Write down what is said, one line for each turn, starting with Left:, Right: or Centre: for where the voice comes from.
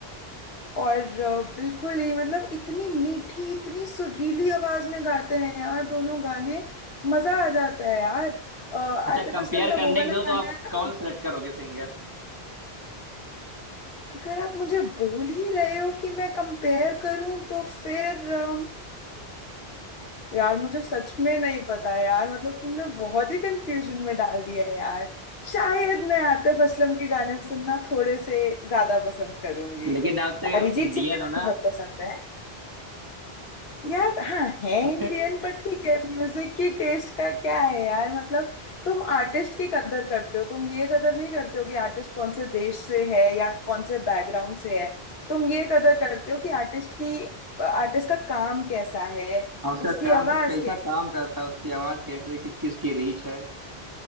Left: और अ, बिल्कुल ही मतलब इतनी मीठी इतनी सुरीली आवाज में गाते हैं यार दोनों गाने मजा आ जाता है यार अ, आतिफ
Right: अच्छा कंपेयर
Left: असलम का
Right: करने
Left: वो वाला
Right: के दो
Left: गाना
Right: तो आप
Left: है ना
Right: कौन सेलेक्ट करोगे सिंगर
Left: अगर आप मुझे बोल ही रहे हो कि मैं कंपेयर करूं तो फिर अम, यार मुझे सच में नहीं पता यार मतलब तुमने बहुत ही कंफ्यूजन में डाल दिया है यार शायद मैं आतिफ असलम के गाने सुनना थोड़े से ज्यादा पसंद करूंगी
Right: लेकिन आप तो
Left: अरिजीत
Right: इंडियन
Left: सिंह के भी
Right: हो ना
Left: बहुत पसंद है यार हाँ है
Right: <laughs>
Left: इंडियन पर ठीक है म्यूजिक की टेस्ट का क्या है यार मतलब तुम आर्टिस्ट की कदर करते हो तुम ये कदर नहीं करते हो कि आर्टिस्ट कौन से देश से है या कौन से बैकग्राउंड से है तुम ये कदर करते हो कि आर्टिस्ट की आर्टिस्ट का काम कैसा है
Right: हाँ, उसका
Left: उसकी
Right: काम
Left: आवाज
Right: को कैसा
Left: कैसी
Right: काम करता है उसकी आवाज कैसे कि, किसकी रीच है